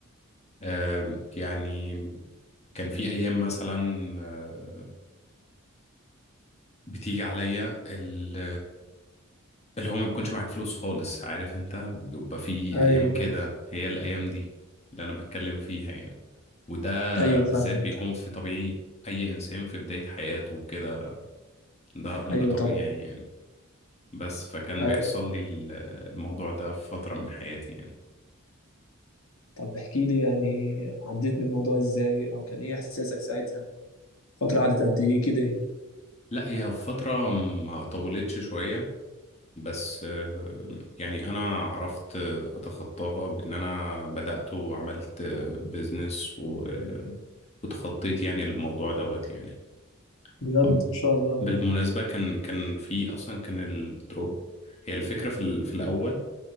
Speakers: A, on the left; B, on the left.
A: آم، يعني كان في أيام مثلا آه، بتيجي عليا ال- اللي هو ما بيكونش معاك فلوس خالص عارف أنت بيبقى في
B: أيوه
A: أيام كده هي الأيام دي اللي أنا بتكلم فيها يعني وده
B: أيوه
A: بالذات
B: فاهمك
A: بيكون في طبيعي أي إنسان في بداية حياته وكده ده أمر
B: أيوه
A: طبيعي
B: طبعا
A: يعني بس فكان
B: أي
A: بيحصل لي ال- الموضوع ده في فترة من حياتي يعني
B: طب احكي لي يعني عديت من الموضوع ازاي او كان ايه احساسك ساعتها فترة قعدت قد ايه كده
A: لا هي فترة ما طولتش شوية بس آه، يعني انا عرفت اتخطاها بان انا بدأت وعملت بيزنس و... وتخطيت يعني الموضوع دوت يعني
B: بجد
A: طب
B: ان شاء الله
A: بالمناسبة كان كان في اصلا كان الدروب هي الفكرة في ال... في الاول